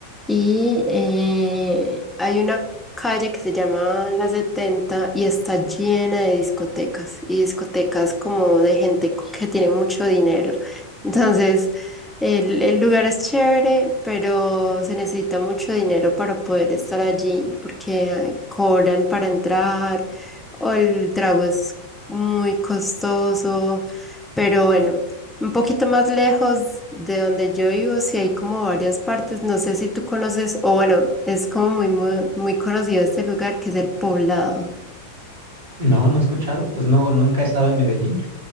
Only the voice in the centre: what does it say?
y eh, hay una calle que se llama La Setenta y está llena de discotecas y discotecas como de gente que tiene mucho dinero. Entonces, el, el lugar es chévere, pero se necesita mucho dinero para poder estar allí porque eh, cobran para entrar o el trago es muy costoso, pero bueno, un poquito más lejos de donde yo vivo, sí hay como varias partes, no sé si tú conoces, o bueno, es como muy, muy, muy conocido este lugar que es el Poblado.